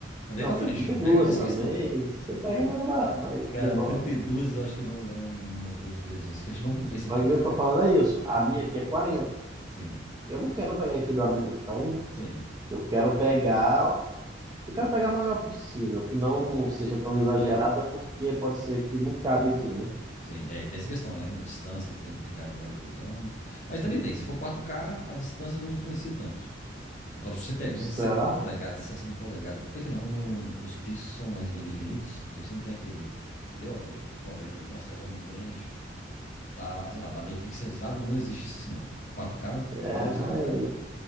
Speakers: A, on the left (about 40°); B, on the right (about 20°).
A: É daí
B: Não,
A: pra
B: tem
A: frente.
B: trinta
A: Não
B: e duas
A: pega menos
B: também.
A: que isso, não.
B: Você pega
A: Não.
B: mais, ba- mais
A: Cara,
B: menor.
A: 32 eu acho que não é um modelo de televisão assim, que acho que não compensa
B: Só
A: pegar,
B: que o que eu tô
A: cara.
B: falando é isso. A minha aqui é 40.
A: Sim,
B: Eu não quero pegar inferior à minha, então
A: tem
B: eu quero pegar. Eu quero pegar a maior possível, que não seja tão exagerada, porque pode ser que não cabe aqui, né?
A: sim. É, tem essa questão, né? A distância que você tem que ficar da televisão. Mas também tem, se for 4K, a distância não influencia tanto. Agora, se você pega
B: Será?
A: uma de 70 polegadas, 60 polegadas, até que não, não- os pixels são mais bem definidos, então você não tem aquele, entendeu? Aquele, aquele problema ali, nossa, a televisão é muito grande, tá, sei lá, tá meio pixelizado, não existe isso assim, não. A 4K,
B: É,
A: pelo menos
B: mas,
A: a 4K não.